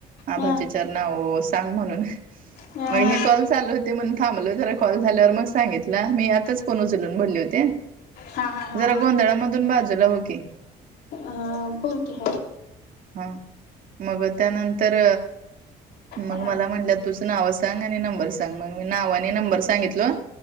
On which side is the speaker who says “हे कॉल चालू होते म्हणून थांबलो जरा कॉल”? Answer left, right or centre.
Right